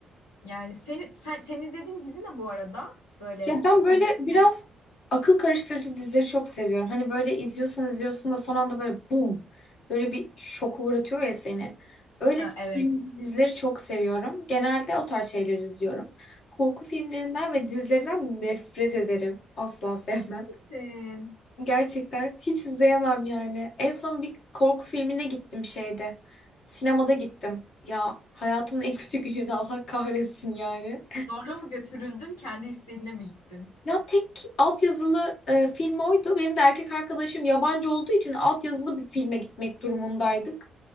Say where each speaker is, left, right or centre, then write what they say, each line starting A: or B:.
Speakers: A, on the left; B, on the left.
A: yani seni, sen, sen izlediğin dizi ne bu arada? Böyle
B: Ya ben
A: konusu
B: böyle biraz
A: ne?
B: akıl karıştırıcı dizileri çok seviyorum. Hani böyle izliyorsun izliyorsun da son anda böyle bum. Böyle bir şoku uğratıyor ya seni. Öyle
A: Ha, evet.
B: film- dizileri çok seviyorum. Genelde o tarz şeyleri izliyorum. Korku filmlerinden ve dizilerinden nefret ederim. Asla sevmem.
A: Sen
B: Gerçekten hiç izleyemem yani. En son bir korku filmine gittim şeyde. Sinemada gittim. Ya hayatımın en <laughs> kötü günüydü Allah kahretsin yani.
A: zorla mı götürüldün, kendi isteğinle mi gittin?
B: Ya tek altyazılı e, film oydu. Benim de erkek arkadaşım yabancı olduğu için altyazılı bir filme gitmek durumundaydık.